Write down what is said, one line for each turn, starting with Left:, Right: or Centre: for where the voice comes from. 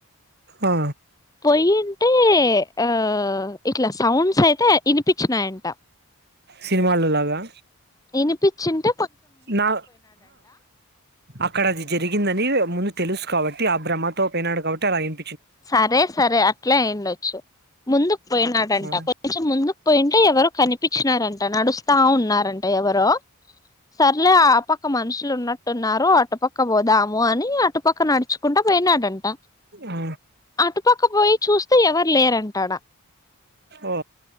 Right: ఆ
Left: పోయి అంటే ఆ ఇట్లా సౌండ్స్ అయితే వినిపించినాయంట
Right: సినిమాల్లో లాగా
Left: వినిపించింటే
Right: నా అక్కడ అది జరిగిందని ముందు తెలుసు కాబట్టి ఆ భ్రహమతో పోయినాడు కాబట్టి అలా ఎం
Left: సరే సరే అట్లా అయిండ వచ్చు ముందు పోయినాడంట
Right: ఆ
Left: కొంచెం ముందుకు పోయింటే ఎవరు కనిపించినారంట నడుస్తా ఉన్నారంట ఎవరో సర్లే ఆ పక్క మనుషులు ఉన్నట్టున్నారు అటుపక్క పోదాము అని అటుపక్క నడుచుకుంటా పోయినాడంట
Right: ఆ
Left: అటుపక్క పోయి చూస్తూ ఎవరు లేరంటాడా
Right: ఓ